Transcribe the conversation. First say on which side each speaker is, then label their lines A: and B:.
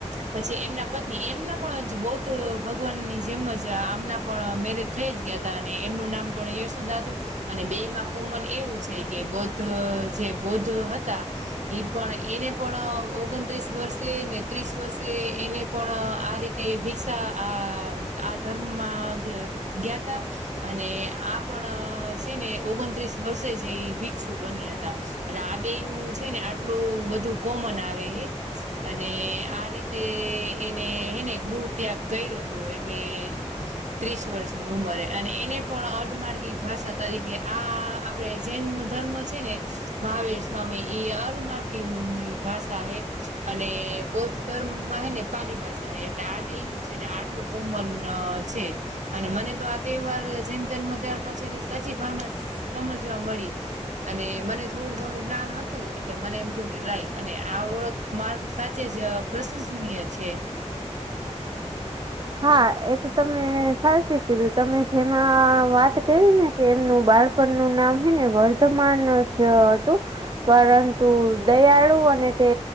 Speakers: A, on the right; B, on the right.
A: પછી એમના પત્ની એમના પણ બૌદ્ધ ભગવાનની જેમ જ આમના પણ મેરેજ થઈ જ ગયા હતા અને એમનું નામ પણ યશોદાતું અને બે માં કોમન એવું છે કે બૌદ્ધ જે બૌદ્ધ હતા પણ એને પણ ઓગણત્રીસ વર્ષે ને ત્રીસ વર્ષે એને પણ આ રીતે ભિક્ષા આ આ ધર્મમાં ગયાતા અને આ પણ છે ને ઓગણત્રીસ વર્ષે જે એ ભિક્ષુ બન્યા હતા. અને આ બે નું છે ને આટલું બધું કોમન આવે હે અને આ રીતે એને હેને ગૃહ ત્યાગ કર્યો હતો એટલે ત્રીસ વર્ષની ઉંમરે. અને એને પણ અર્ધમાર્ગી ભાષા તરીકે આ આપડે જૈન ન ધર્મ છે ને મહાવીર સ્વામી અર્ધમાર્ગી ભાષા હે અને બૌદ્ધ ધર્મમા હે ને પાલી ભાષા હે એટલે આ બે નું છે ને આટલું કોમન છે અને મને તો આ તહેવાર ચિંતન નો તહેવાર પછી સચી ભાવના સમજવા મળી અને મને થોડુંક થોડુંક જ્ઞાન હતું એટલે મને એમ થયું કે લાઈ અને આ ઓળખ માર્ગ સાચે જ પ્રશંસનીય છે.
B: <inaudible> હા એ તો તમે સાચી કીધું તમે જેમાં વાત કરી ને તેમનું બાળપણનું નામ હે ને વર્તમાન જ હતું. પરંતુ દયાળુ અને તે